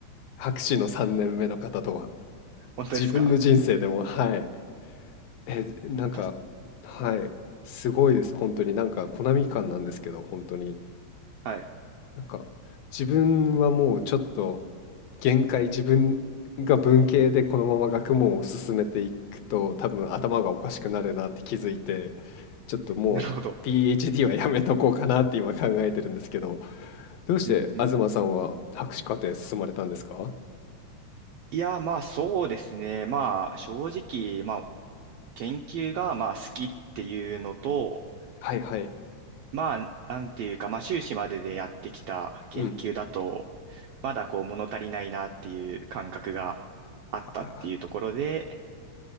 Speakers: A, on the left; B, on the right.
A: 博士の3年目の方とは。
B: 本当ですか
A: 自分の人生でも、はい。え、なんか、
B: 私、
A: はい。すごいです。本当に。なんか、コナミ感なんですけど、本当に。
B: はい。
A: なんか、自分はもうちょっと限界、自分が文系でこのまま学問を進めていくと、多分頭がおかしくなるなって気づいて、ちょっともう
B: なるほど。
A: PhD はやめとこうかなって今考えてるんですけど、どうして東さんは博士課程進まれたんですか
B: うんうんうん。いや、まあそうですね。まあ正直、まあ研究がまあ好きっていうのと、
A: はいはい。
B: まあ、なんていうか、まあ、修士まででやってきた研究だと、
A: うん。
B: まだこう物足りないなっていう感覚があったっていうところで、
A: あー